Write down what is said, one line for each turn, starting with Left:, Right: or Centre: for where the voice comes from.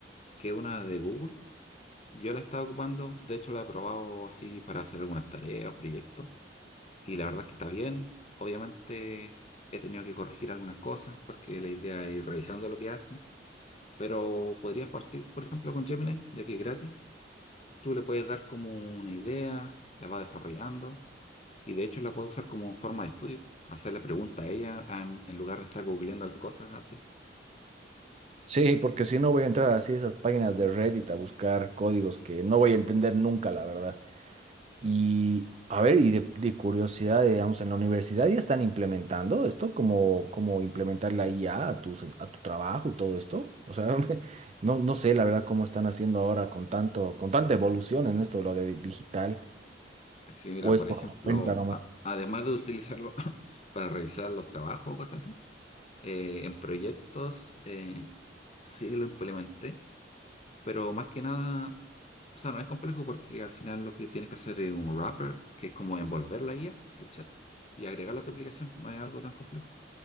Left: que es una de Google. Yo la estaba ocupando, de hecho la he probado así para hacer algunas tareas, proyectos, y la verdad es que está bien. Obviamente he tenido que corregir algunas cosas porque la idea es ir revisando lo que hace, pero podrías partir, por ejemplo, con Gemini, ya que es gratis. Tú le puedes dar como una idea, la vas desarrollando y de hecho la puedes usar como forma de estudio, hacerle preguntas a ella ah, en en lugar de estar googleando las cosas así.
Right: Sí, porque si no voy a entrar así a esas páginas de Reddit a buscar códigos que no voy a entender nunca, la verdad. Y a ver, y de, de curiosidad, digamos, en la universidad ya están implementando esto, como, como implementar la IA a a tus- a tu trabajo y todo esto. O sea, <laughs> no, no sé la verdad cómo están haciendo ahora con tanto, con tanta evolución en esto de lo de digital,
Left: Sí, mira,
Right: o es
Left: por
Right: por
Left: ejemplo,
Right: la cuenta
Left: a- además de utilizarlo <laughs> para revisar los trabajos o cosas así, eh, en proyectos eh, sí lo implementé Pero más que nada, o sea, no es complejo porque al final lo que tienes que hacer es un wrapper, que es como envolver la IA, el chat, y agregarla a tu aplicación. No es algo tan complejo.